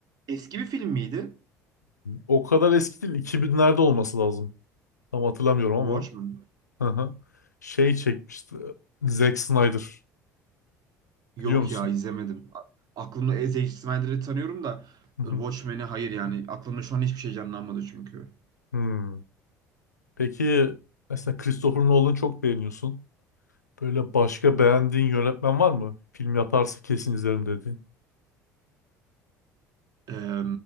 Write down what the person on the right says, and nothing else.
Eski bir film miydi?
Watchmen.
Yok
ya izlemedim. A- Aklımda e, Zack Snyder'ı tanıyorum da
e, Watchmen'i hayır yani. Aklımda şu an hiçbir şey canlanmadı çünkü.
Eee,